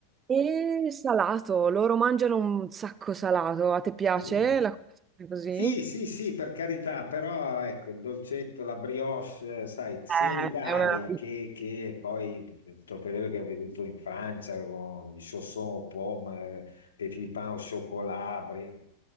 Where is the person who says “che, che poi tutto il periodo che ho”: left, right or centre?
Left